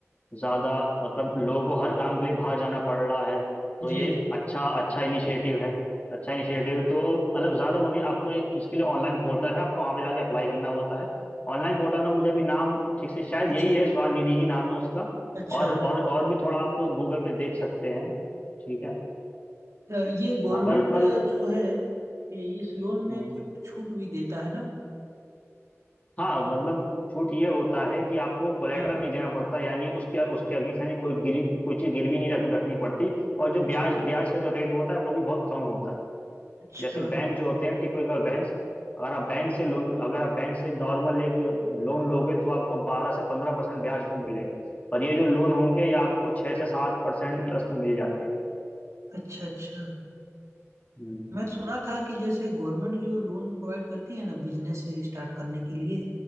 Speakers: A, on the left; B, on the right.
A: ज़्यादा मतलब लोगों को हर काम के लिए बाहर जाना पड़ रहा है तो
B: जी
A: ये एक
B: जी
A: अच्छा अच्छा इनिशिएटिव है अच्छा इनिशिएटिव तो मतलब ज़्यादा वो नहीं आपको एक इसके लिए ऑनलाइन पोर्टल है आपको वहाँ पे जाके अप्लाई करना होता है ऑनलाइन पोर्टल का मुझे अभी नाम ठीक से शायद
B: अच्छा
A: यही है
B: जी
A: स्वनिधि ही नाम है उसका
B: अच्छा
A: और और और भी थोड़ा आप गूगल पे देख सकते हैं ठीक है
B: अ, ये गवर्नमेंट
A: हाँ पर पर
B: जो है ये- इस लोन में
A: हम्म,
B: कुछ छूट भी देता है ना
A: हाँ मतलब छूट ये होता है कि आपको कोलेटरल
B: हाँ
A: नहीं देना पड़ता यानी उसके उसके अगेंस्ट यानी कोई गिरी कोई चीज़ गिरवी नहीं रख रखनी पड़ती और जो
B: अच्छा
A: ब्याज
B: अच्छा
A: ब्याज का जो रेट होता है वो भी बहुत कम होता है
B: अच्छा
A: जैसे बैंक जो होते हैं टिपिकल बैंक्स अगर आप बैंक से लोन अगर आप बैंक से नॉर्मल एक लोन लोगे तो आपको बारह से पंद्रह परसेंट ब्याज पे मिलेगा पर ये जो लोन होंगे ये आपको छह से सात परसेंट इंटरेस्ट में मिल जाते हैं
B: अच्छा अच्छा
A: हम्म
B: मैं सुना था कि जैसे गवर्नमेंट जो लोन प्रोवाइड करती है ना बिजनेस स्टार्ट करने के लिए